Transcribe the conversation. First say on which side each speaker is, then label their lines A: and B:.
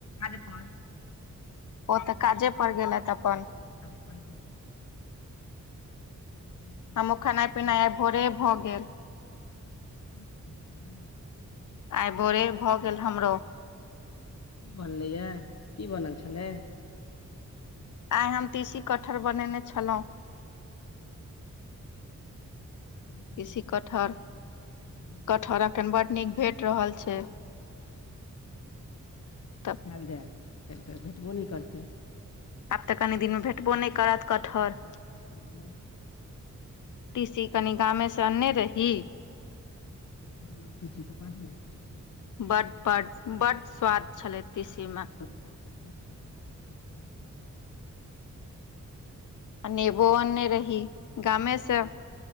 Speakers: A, on the left; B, on the left.
A: आज प
B: ओतऽ काजे पर
A: छै
B: गेलथि अपन
A: <inaudible> खेनाइ पिनाइ
B: हमूं
A: की
B: खेनाइ
A: बनतै की
B: पिनाइ आइ भोरे भऽ गेल
A: <inaudible>
B: आइ भोरे भऽ गेल हमरो
A: की बनलै या की बनल छलै
B: आइ हम तीसी कटहर बनेने छलहुँं
A: <inaudible> तरकारी
B: एसी कटहर
A: बढ़िआँ
B: कटहर अखन बड नीक भेट रहल छै तऽ
A: आएल जायत फेर फेर भेटबो नहि करतै
B: आब तऽ कनि दिन मे भेटबो नहि करत कटहर
A: भेटबो नहि
B: तिसी कनि गामे से अनने रही
A: गामक तिसी तऽ बड़ नीक होइ छै
B: बड बड बड स्वाद छले तीसी में
A: <unintelligible>
B: आ नेबो अने रही गामे से